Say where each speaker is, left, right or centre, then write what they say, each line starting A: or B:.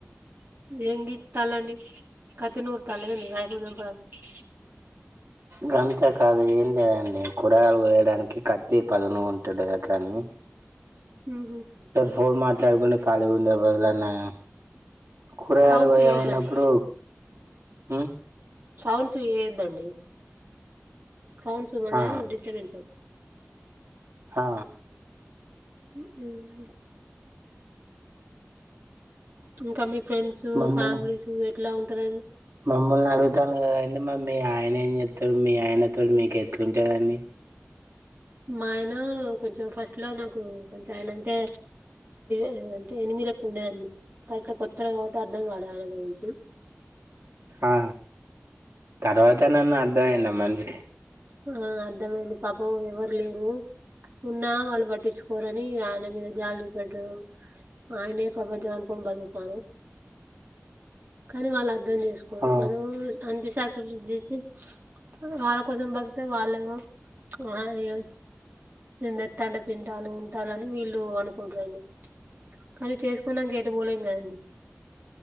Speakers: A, on the right; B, on the right.
A: యంగీ తల్లండి కత్తి నూరుతల్ల ఎంది వైఫ్ ని చంపడానికి
B: గంతకాదు ఏం లేదండి కూరలు కొయడానికి కత్ ఎ పదను ఉంటుంది గట్లని
A: ఉహు
B: ఫోన్ మాట్లాడుకుండ ఖాళీ ఉండెబదులనయం కూరగాయలు
A: సౌండ్స్
B: పోయమన్నప్పుడు
A: చేయొద్దండి
B: ఉమ్
A: సౌండ్స్ చెయ్యద్దండి సౌండ్స్ మళ్ళ
B: ఆ
A: డిస్టబెన్స్
B: హా
A: అయితది. ఇంకా మీ ఫ్రెండ్స్వు
B: మమ్మల్ని
A: ఫ్యామిలీసు ఎట్లా ఉంటారండి
B: మమ్మల్ని అడుగుతావే మీ ఆయన ఎజెత్తడు మీ ఆయనతో మీకు ఎట్లుంటదండి
A: మా ఆయన కొంచెం ఫస్ట్ లో నాకు కొంచెం ఆయన అంటే ఆయన అంటే ఎనిమి లెక్క ఉండేదండి పైక కొత్త కావట్టి అర్థం గాలె ఆయన గురించి
B: ఆ తర్వాత నన్న అర్థ అయింద మనిషి
A: ఆ అర్థమైంది పాపం ఎవరు లేరు ఉన్నా వాళ్ళు పట్టించుకోర ని ఆయన మీద జాలి పడం ఆయనే ప్రపంచం అను కొని బతుకుతానం కాని వాళ్ళు అర్థం జేస్కోరు
B: ఆ
A: మనం అంత సెకిర్ జేసి వాళ్ళ కోసం బతుక్తె వాళ్ళేమో ఇయన తెంతాండు తింటాలు ఉంటాలు అని వీళ్ళు అనుకుంట్రు అండి కానీ చేసుకున్నానంక ఎటు పోలేం కదండి